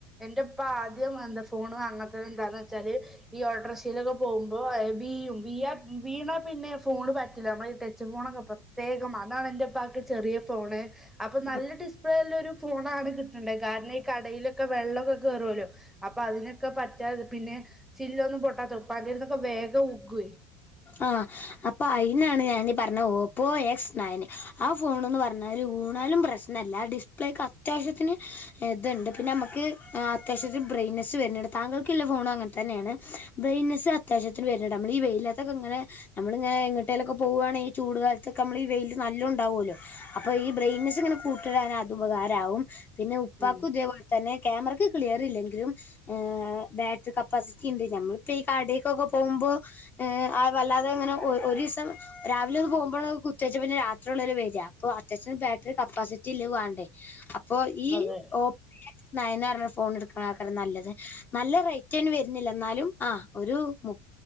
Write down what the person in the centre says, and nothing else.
എന്റെ ഉപ്പ ആദ്യം എന്താ ഫോണ് വാങ്ങാത്തത് എന്താന്ന് വെച്ചാല്, ഈ ഓട്ടോറിഷയിലൊക്കെ പോവു മ്പോ ഏഹ് വീയും വീയാ വീണാ പിന്നെ ഫോണ് പറ്റൂല്ല. മ്മള ഈ ടച്ച് ഫോണൊക്കെ പ്രത്യേകം. അതാണ് എൻ്റെപ്പാക്ക് ചെറിയ ഫോണ്. അപ്പ
നല്ല ഡിസ്പ്ലേള്ള ഒരു ഫോണാണ് കിട്ടണ്ടേ. കാരണം ഈ കടയിലൊക്കെ വെള്ളോക്കെ കേറോല്ലോ. അപ്പ അതിനൊക്കെ പറ്റാതെ, പിന്നെ ചില്ലൊന്നും പൊട്ടാത്ത, ഉപ്പാക്കിതിന്നൊക്കെ വേഗോ ഉക്കുവേ
ഉം
അതെ